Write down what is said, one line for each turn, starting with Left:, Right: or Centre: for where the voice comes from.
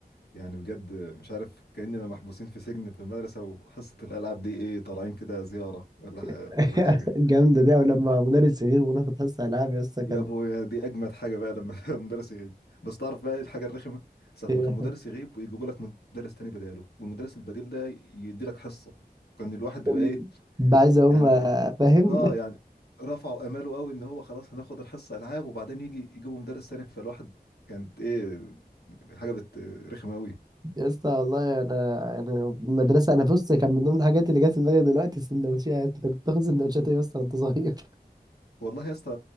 Left: يعني بجد مش عارف كأننا محبوسين في سجن في المدرسة وحصة الألعاب دي إيه طالعين كده زيارة ولا ح...
Right: <laughs>
Left: ولا حاجة
Right: جامدة دي أو لما مدرس يغيب وناخد حصة ألعاب يا اسطى كان
Left: يا أبويا دي أجمد حاجة بقى لما <laughs> المدرس يغيب بس تعرف بقى إيه الحاجة الرخمة ساعة
Right: <laughs> يعني
Left: ما كان مدرس يغيب ويجيبوا لك مدرس تاني بداله والمدرس البديل ده يدي لك حصة كان الواحد
Right: كان
Left: بيبقى إيه
Right: بقى عايز أقوم
Left: يعني
Right: آه، فاهم
Left: آه يعني رفعوا آماله قوي إن هو خلاص هناخد الحصة ألعاب وبعدين يجي يجيبوا مدرس تاني فالواحد كانت إيه حاجة بت رخمة قوي
Right: <laughs> يا اسطى والله انا انا المدرسه انا بص كان من ضمن الحاجات اللي جت في دماغي دلوقتي السندوتشات انت كنت بتاخد سندوتشات إيه يا اسطى وانت صغير
Left: والله يا اسطى